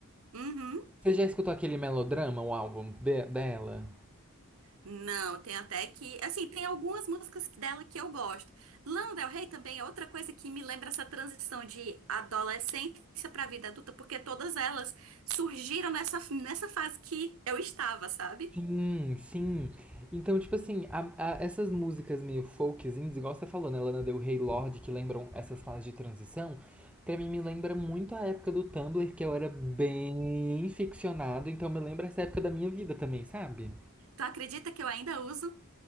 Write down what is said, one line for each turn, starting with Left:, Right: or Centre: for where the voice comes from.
Right: Uhum.
Centre: Você já escutou aquele melodrama, o álbum de- dela?
Right: Não, tem até que. Assim, tem algumas músicas dela que eu gosto. Lana Del Rey também é outra coisa que me lembra essa transição de adolescência pra vida adulta, porque todas elas surgiram nessa, nessa fase que eu estava, sabe?
Centre: Sim, sim. Então, tipo assim, a- a- essas músicas meio folkzinhas, igual você falou, né, Lana Del Rey, Lorde, que lembram essas fases de transição, pra mim me lembra muito a época do Tumblr, que eu era bem ficcionado, então me lembra essa época da minha vida também, sabe?
Right: Tu acredita que eu ainda uso?